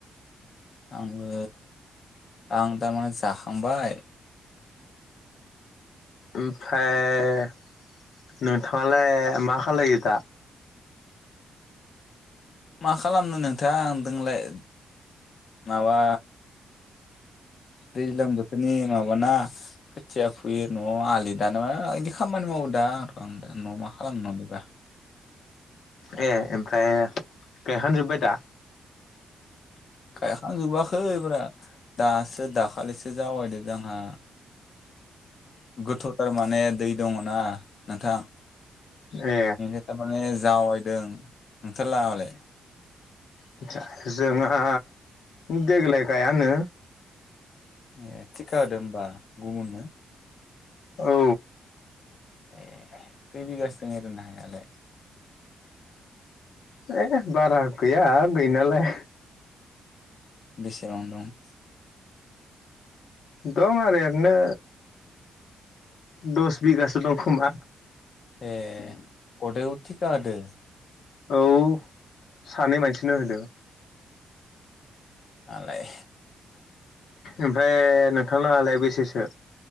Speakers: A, on the left; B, on the left.
A: आंबो आं थारमाने जाखांबाय।
B: ओमफ्राय नोंथाङालाय मा खालायो दा।
A: मा खालामनो नोंथां दोंलाय माबा दैज्लां बोथोरनि माबाना खोथिया फुयो न'आव आलि दान मा बिदि खामानि मावो दा आं दा न'आव मा खालामनो नलिबा।
B: ए ओमफ्राय गायखांजोब्बाय दा।
A: गायखांजोबाखैबा दासो दाखालिसो जावायदो जोंहा गोथौथार माने दै दङना नोंथां।
B: ए
A: एथ माने जावायदों नोंथोरलाहालाय।
B: आदसा जोंहा देग्लाय गायानो।
A: ए थिखा होदो होमबा गुबुननो।
B: औ
A: ए खै बिगासो दं ओरैनो हायालाय।
B: ए बारा गैया गै नालाय।
A: बेसेबां दं।
B: दं आरो ओरैनो दस बिगासो दं खोमा।
A: ए। गदेखौ थिखा होदो।
B: औ सानै मानसिनो होदों।
A: आलाय।
B: ओमफ्राय नोंथांनाङालाय बेसेसो?